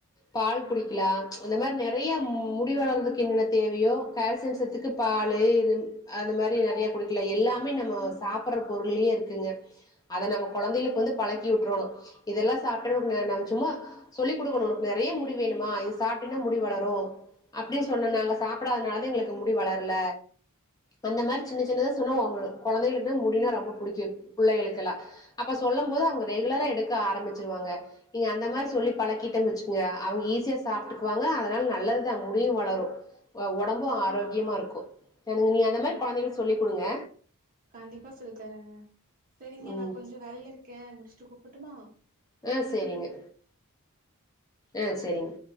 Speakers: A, on the left; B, on the right.
A: பால்
B: ம்
A: குடிக்கலா அந்த மாரி நெறைய முடிவு வளர்துக்கு என்னென்ன தேவையோ கால்சியம் சத்துக்கு பாலு இரு அது மாரி நெறையா குடுக்கல எல்லாமே நம்ம சாப்பிட்ற பொருள்ளயே இருக்குங்க அத நம்ம குழந்தைகளுக்கு வந்து பழக்கி விட்றணு இதெல்லா சாப்ட்ருங்க நம்ம சும்மா சொல்லி் குடுக்கணு உனக்கு நெறைய முடி வேணுமா இது சாப்ட்டனா முடி வளரு அப்டின்னு சொன்னே நாங்க சாப்பிடாதுனாலதா எங்களுக்கு முடி வளரல அந்த மாரி சின்ன சின்னதா சொன்னா அவங்களுக்கு குழந்தைங்களுக்குதா முடினா ரொம்ப புடிக்கு புள்ளைகளுக்கெல்லா அப்ப சொல்லும் போது அவங்க ரெகுலரா எடுக்க ஆரம்பிச்சிருவாங்க நீங்க அந்த மாரி சொல்லி பழக்கீட்டன்னு வச்சுக்கங்க அவங்க ஈஸியா சாப்ட்டுக்குவாங்க அதனால நல்லதுதா முடியு வளரு அ ஒடம்பும்
B: ம்
A: ஆரோக்கியமா இருக்கு எனங்க நீ
B: அதா
A: அந்த மாரி கொழந்தைகளுக்கு சொல்லிக் குடுங்க
B: கண்டிப்பா சொல்லி தரேங்க சரிங்க
A: ம்
B: நா கொஞ்ச வேலையில இருக்கே முடிச்சுட்டு கூப்பட்டுமா
A: ஆ சேரிங்க ஆ சேரிங்க